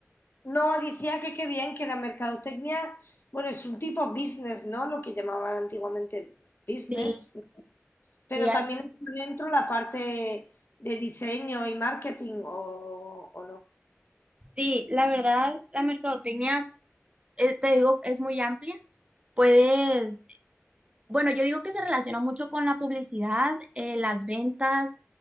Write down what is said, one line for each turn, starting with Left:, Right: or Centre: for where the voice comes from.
Left: No, decía que qué bien que la mercadotecnia, bueno, es un tipo business, ¿no? Lo que llamaban antiguamente business,
Right: Sí,
Left: pero
Right: sí, así.
Left: también está dentro la parte de diseño y marketing, ¿o, o no?
Right: Sí, la verdad, la mercadotecnia, eh, te digo, es muy amplia. Puedes Bueno, yo digo que se relaciona mucho con la publicidad, eh, las ventas